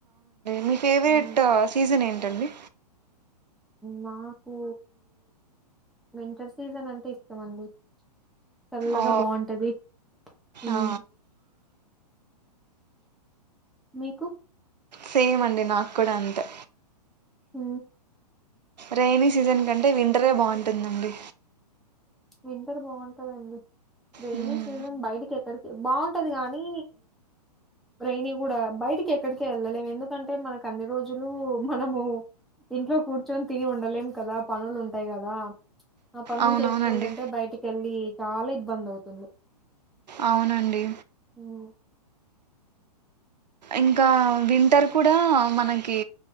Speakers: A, on the right; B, in the centre.
A: మీ ఫేవరెట్
B: ఉమ్
A: సీజన్ ఏంటండి.
B: మాకూ వింటర్ సీజన్ అంటే ఇష్టమండి చల్లగా
A: ఓ
B: బాగుంటది ఉం.
A: ఆ
B: మీకు
A: సేమ్ అండి నాకు కూడా అంతే
B: అ
A: రైని సీజన్ కంటే వింటరే బావుంటుందిదండి
B: వింటర్ బావుంటదండి. రెైనీ
A: హ్మ్
B: సీజన్ బయటికి ఎక్కడికి బాఉంటది, కానీ రైనీ కూడా బయటికి ఎక్కడిక వెళ్ళలేము. ఎందుకంటే మనకు అన్ని రోజులు మనము ఇంట్లో కూర్చొని తిని ఉండలేము కదా పనులు ఉంటాయి కదా ఆ పనులు
A: అవునవునండి
B: చే సుల్ంటే బయటికెళ్లి చాలా ఇబ్బంది అవుతుంది
A: అవునండి
B: ఉమ్,
A: ఇంకా వింటర్ కూడా మనకి